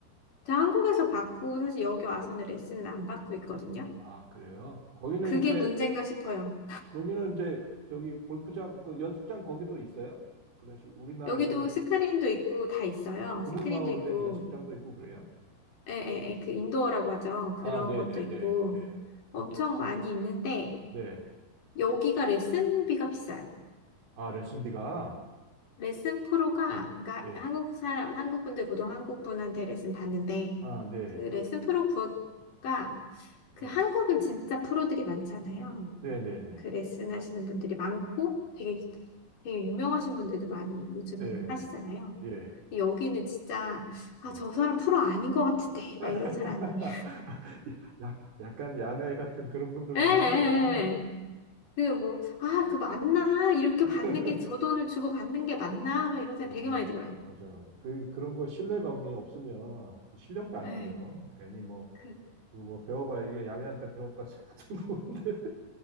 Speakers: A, on the left; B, on the right.
A: 제가 한국에서 받고, 사실 여기 와서는 레슨을 안 받고 있거든요.
B: 아, 그래요? 거기는
A: 그게
B: 이렇게
A: 문제인가 싶어요.
B: 거기는 이제 저기 골프장 그 연습장 거기도 있어요? 그런 식으로 우리나라식으로
A: 여기도 스크린도
B: 이-
A: 있고 다 있어요.
B: 그물망으로
A: 스크린도 있고,
B: 된 연습장도 있고 그래요?
A: 에, 에, 에, 그 인도어라고 하죠. 그런
B: 아, 네,
A: 것도
B: 네,
A: 있고
B: 네, 네,
A: 엄청 많이 있는데
B: 네. 네.
A: 여기가 레슨비가 비싸요.
B: 아, 레슨비가
A: 레슨 프로가 그러니까
B: 예,
A: 한국 사람 한국 분들 보통 한국 분한테 레슨 받는데
B: 아, 네,
A: 그 레슨 프로 구가 그
B: 예,
A: 한국은 진짜 프로들이 많잖아요.
B: 네, 네, 네,
A: 그 레슨 하시는 분들이 많고 되게 되게 유명하신 분들도 많이 요즘은
B: 네,
A: 하시잖아요.
B: 네, 예,
A: 근데 여기는 진짜 아,
B: 네.
A: 저 사람 프로 아닌 것 같은데 막
B: <laughs>
A: 이런 사람이
B: 약 약간 야매 같은 그런 분들도
A: <laughs> 예, 예,
B: 하시는구나.
A: 예. 그 뭐, 아, 그 맞나? 이렇게
B: <laughs>
A: 받는 게 저 돈을 주고 받는 게 맞나? 막 이런 생각
B: 어,
A: 되게 많이 들어요.
B: 맞아, 맞아. 그, 그런 거 신뢰감이 없으면 실력도 안
A: 예.
B: 늘어요. 괜히 뭐,
A: 그,
B: 그리고 뭐 배워봐야 이게 야매한테 배웠다 생각 들고 <laughs> 근데